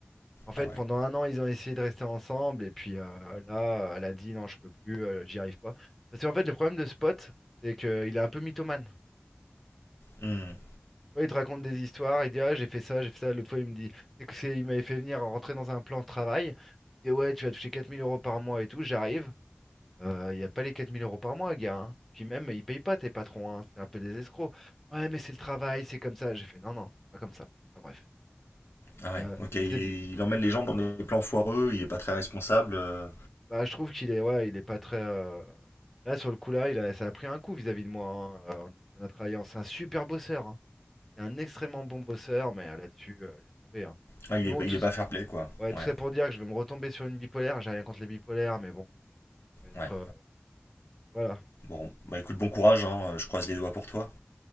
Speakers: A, in the centre; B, on the left.
A: En fait,
B: Ah ouais.
A: pendant un an, ils ont essayé de rester ensemble, et puis euh, là, elle a dit non, je peux plus, euh, j'y arrive pas. Parce qu'en fait, le problème de Spot, c'est qu'il est un peu mythomane. Tu
B: Hmm.
A: vois, il te raconte des histoires, il dit ah, j'ai fait ça, j'ai fait ça. L'autre fois, il me dit, c'est que c'est, il m'avait fait venir rentrer dans un plan de travail. Il me dit ouais, tu vas toucher 4000 euros par mois et tout, j'arrive. Euh, Il n'y a pas les 4000 euros par mois, gars. hein. Puis même, ils payent pas tes patrons. hein. C'est un peu des escrocs. Ouais, mais c'est le travail, c'est comme ça. J'ai fait non, non, c'est pas comme ça. Ah, bref.
B: Ah
A: Et,
B: ouais.
A: euh,
B: Ok, il,
A: c'est-
B: est- il emmène les gens dans des plans foireux, il est pas très responsable. euh.
A: bah, je trouve qu'il est, ouais, il est pas très. euh, Là, sur le coup, là, il a... ça a pris un coup vis-à-vis de moi. hein. Euh, on a on a travaillé. en- C'est un super bosseur. hein. C'est un extrêmement bon bosseur, mais euh, là-dessus, euh, laisse tomber. hein.
B: Ah, il
A: Mais bon,
B: est, pas-
A: tout...
B: il est
A: s-
B: pas fair-play quoi.
A: ouais, tout
B: Ouais,
A: ça pour dire que je vais me retomber sur une bipolaire. J'ai rien contre les bipolaires, mais bon, ça va être.
B: ouais.
A: euh, Voilà.
B: Bon, bah écoute, bon courage, hein, euh, je croise les doigts pour toi.